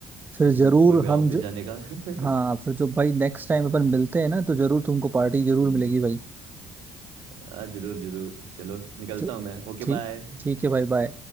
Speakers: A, on the right; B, on the right.
A: फिर
B: हम्म,
A: जरूर
B: और मेरा
A: हम
B: ऑफिस
A: ज,
B: जाने का <laughs>
A: हाँ फिर जो भाई नेक्स्ट टाइम अपन मिलते हैं ना तो जरूर तुमको पार्टी जरूर
B: हम्म,
A: मिलेगी भाई
B: आ, जरूर जरूर चलो निकलता
A: चलो,
B: हूँ मैं ओके
A: ठीक
B: बाय
A: ठीक है भाई बाय